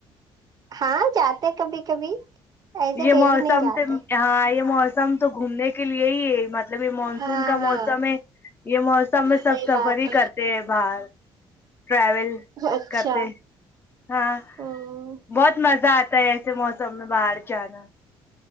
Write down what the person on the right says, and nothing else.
ہاں جاتے کبھی کبھی ایسے
ڈیلی
نہیں جاتے
ہاں
ہاں
صحیح
بات
ہے اچھا
ہوں